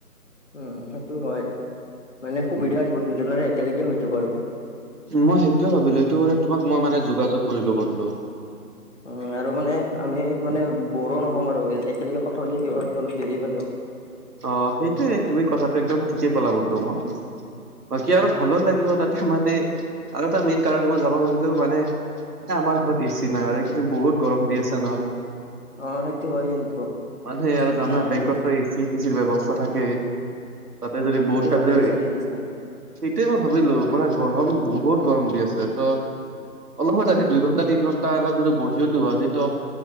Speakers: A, on the left (about 50°); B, on the right (about 75°).
A: উম সেইটো হয় মানে সুবিধা
B: উম।
A: হৈ যাব দুজনৰে একেলগে হৈ যাব আৰু।
B: মই সেইটোয়ে ভাবিলো এইটো মানে তোমাক মই মানে যোগাযোগ কৰিলো বন্ধু।
A: উ আৰু মানে আমি মানে বৰো নহম আৰু একেলগে কথা পাতি থাকিব পৰিম অলপ দেৰি হ'লেও।
B: অ সেইটোয়ে তুমি কথাটো একদম ঠিকেই ক'লা বন্ধু মোক।
A: উম
B: বাকী আৰু ভালো লাগিব তাতে মানে আৰু এটা মেইন কাৰণ মই যাব খুজিলোও মানে এ আমাৰ ঘৰত এচি নাই আৰু কিন্তু বহুত গৰম দি আছে ন।
A: অ সেইটো হয় কিন্তু
B: মান সে আৰু জানা
A: উম
B: বেংকত ত চিৰ ব্যৱস্থা থাকেই তাতে যদি
A: বুদ্ধিটো
B: বহুত টাই
A: ভালে
B: যদি
A: বিচাৰি আনিছা
B: তেই মই ভাবিলো মানে গৰম
A: উম
B: বহুত গৰম দি আছে ত অলপ সময় <unintelligible> দুই ঘণ্টা তিনি ঘণ্টা অলপ যদি বহিও দিও আজি ত